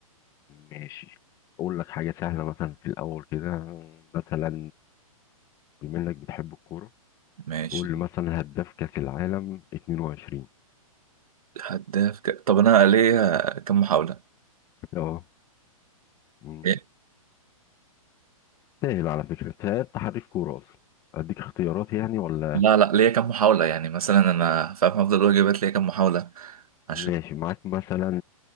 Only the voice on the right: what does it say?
ماشي
هداف ك... طب انا ليا كم محاولة؟
إيه؟
لا لا ليا كم محاولة يعني مثلا انا فاهم هفضل اقول اجابات ليا كم محاولة عشان